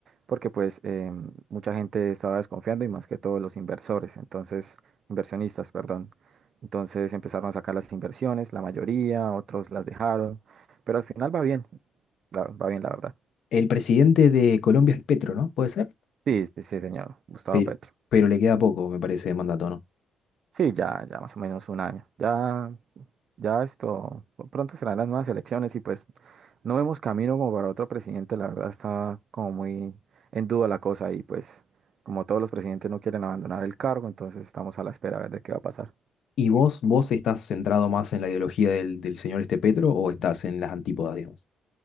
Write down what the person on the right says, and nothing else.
porque pues em, mucha gente estaba desconfiando y más que todo los inversores, entonces, inversionistas, perdón. Entonces empezaron a sacar las inversiones, la mayoría, otros las dejaron, pero al final va bien, la- va bien la verdad.
Sí, sí, sí, señor, Gustavo
Petro.
Sí, ya, ya más o menos un año. Ya, ya esto, pronto serán las nuevas elecciones y pues no vemos camino como para otro presidente, la verdad está como muy en duda la cosa y pues como todos los presidentes no quieren abandonar el cargo, entonces estamos a la espera a ver de qué va a pasar.